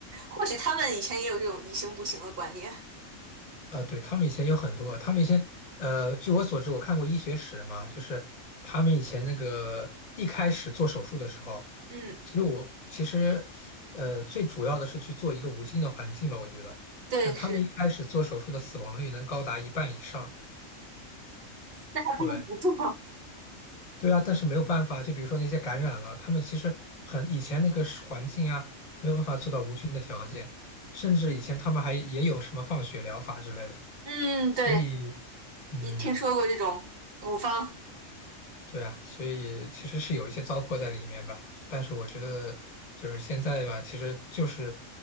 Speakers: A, on the right; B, on the left.
A: 或许他们以前也有这种以形补形的观念。
B: 呃，对，他们以前有很多，他们以前，呃，据我所知，我看过医学史嘛，就是他们以前那个一开始做手术的时候，
A: 嗯，
B: 其实我其实，呃，最主要的是去做一个无菌的环境吧，我觉得，
A: 对，
B: 但他们一开始做手术的死亡率能高达一半以上，
A: 是，那还不如不做。
B: 对，对啊，但是没有办法，就比如说那些感染了，他们其实很以前那个是环境啊，没有办法做到无菌的条件，甚至以前他们还也有什么放血疗法之类的，
A: 嗯，
B: 所以。
A: 对。
B: 嗯，
A: 你听说过这种古方？
B: 对啊，所以其实是有一些糟粕在里面吧，但是我觉得就是现在吧，其实就是，